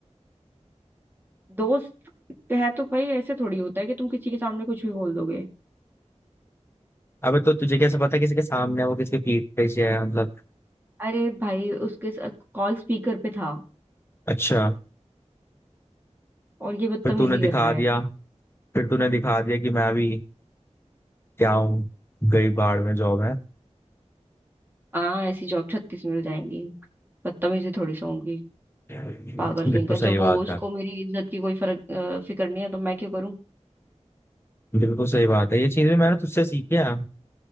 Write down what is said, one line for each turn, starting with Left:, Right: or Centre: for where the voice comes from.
Right: दोस्त है तो भाई ऐसे थोड़ी होता है कि तुम किसी के सामने कुछ भी बोल दोगे
Left: अबे तो तुझे कैसे पता किसी के सामने है वो किसके पीठ पीछे है मतलब
Right: अरे भाई उसके कॉल स्पीकर पे था
Left: अच्छा
Right: और ये बदतमीजी
Left: फिर तूने दिखा
Right: कर रहा है
Left: दिया फिर तूने दिखा दिया कि मैं भी क्या हूँ गई बाढ़ में जॉब है
Right: हाँ ऐसी जॉब छत्तीस मिल जाएंगी बदतमीजी थोड़ी सा होंगी
Left: बिल्कुल
Right: पागल कहीं का
Left: सही
Right: जब
Left: बात
Right: वो उसको
Left: है
Right: मेरी इज्जत की कोई फर्क अ, फिक्र नहीं है तो मैं क्यों करूं
Left: बिल्कुल सही बात है ये चीज भी मैंने तुझसे सीखी है